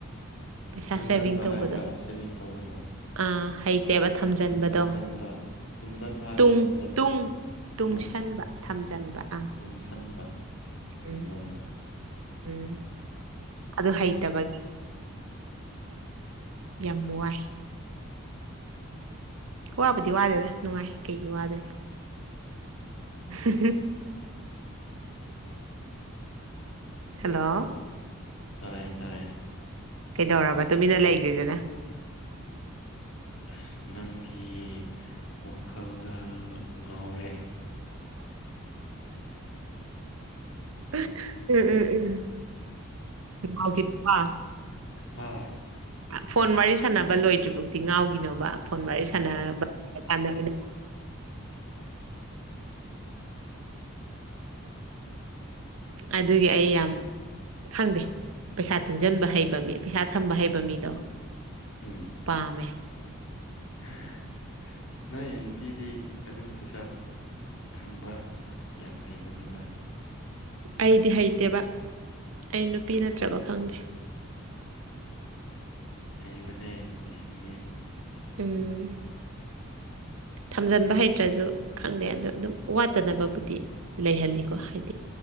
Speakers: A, on the right; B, on the left.
A: ꯄꯩꯁꯥ
B: ꯇꯨꯝꯖꯟꯕ
A: ꯁꯦꯚꯤꯡ ꯇꯧꯕꯗꯣ
B: ꯍꯥꯏꯕ꯭ꯔꯥ ꯁꯦꯚꯤꯡ ꯇꯧꯕꯗꯣ
A: ꯑꯥ ꯍꯩꯇꯦꯕ ꯊꯥꯝꯖꯟꯕꯗꯣ
B: ꯇꯨꯝꯁꯤꯟꯕ ꯇꯨꯝꯁꯤꯟꯕ ꯍꯥꯏꯕ꯭ꯔꯥ
A: ꯇꯨꯡ
B: ꯊꯝꯖꯤꯟꯕ
A: ꯇꯨꯡ ꯇꯨꯡꯁꯟꯕ
B: ꯇꯨꯡ
A: ꯊꯝꯖꯟꯕ ꯑꯥ
B: ꯇꯨꯡꯁꯟꯕ ꯊꯝꯖꯤꯟꯕ
A: ꯎꯝ ꯎꯝ ꯑꯗꯨ ꯍꯩꯇꯕ__ ꯌꯥꯝ ꯋꯥꯏ ꯋꯥꯕꯨꯗꯤ ꯋꯥꯗꯦꯗ ꯅꯨꯡꯉꯥꯏ ꯀꯩꯒꯤ ꯋꯥꯗꯣꯏꯅꯣ <unintelligible> ꯍꯜꯂꯣ
B: ꯇꯥꯏ ꯇꯥꯏ
A: ꯀꯩꯗꯧꯔꯕ ꯇꯨꯃꯤꯟꯅ ꯂꯩꯒ꯭ꯔꯤꯗꯨꯅ
B: ꯑꯁ ꯅꯪꯒꯤ ꯋꯥꯈꯜꯗ ꯉꯥꯎꯔꯦ
A: ꯎꯝ ꯎꯝ ꯎꯝ ꯉꯥꯎꯒꯤꯅꯨ ꯀꯣ
B: ꯍꯥ
A: ꯐꯣꯟ ꯋꯥꯔꯤ ꯁꯥꯟꯅꯕ ꯂꯣꯏꯗ꯭ꯔꯤ ꯕꯨꯛꯇꯤ ꯉꯥꯎꯒꯤꯅꯣꯕ꯫ ꯐꯣꯟ ꯋꯥꯔꯤ ꯁꯥꯟꯅꯔꯕ <unintelligible> ꯑꯣꯏꯅ
B: <inaudible>
A: ꯑꯗꯨꯒꯤ ꯑꯩ ꯌꯥꯝ ꯈꯪꯗꯦ ꯄꯩꯁꯥ ꯇꯨꯡꯖꯟꯕ ꯍꯩꯕ ꯃꯤ ꯄꯩꯁꯥ ꯊꯝꯕ ꯍꯩꯕ ꯃꯤꯗꯣ
B: ꯎꯝ
A: ꯄꯥꯝꯃꯦ
B: ꯍꯥ ꯅꯣꯏ ꯅꯨꯄꯤꯗꯤ ꯑꯗꯨꯝ ꯄꯩꯁꯥ ꯊꯝꯕ ꯌꯥꯝ ꯍꯩꯕꯅꯦꯗ
A: ꯑꯩꯗꯤ ꯍꯩꯇꯦꯕ ꯑꯩ ꯅꯨꯄꯤ ꯅꯠꯇ꯭ꯔꯕ ꯈꯪꯗꯦ
B: ꯍꯩꯕꯅꯦ ꯅꯨꯄꯤꯁꯤꯡꯗꯤ
A: ꯎꯝ
B: <inaudible>
A: ꯊꯝꯖꯟꯕ ꯍꯩꯇ꯭ꯔꯖꯨ ꯈꯪꯗꯦ ꯑꯗꯣ ꯑꯗꯨꯝ ꯋꯥꯠꯇꯅꯕꯕꯨꯗꯤ ꯂꯩꯍꯜꯂꯤꯀꯣ ꯍꯥꯏꯗꯤ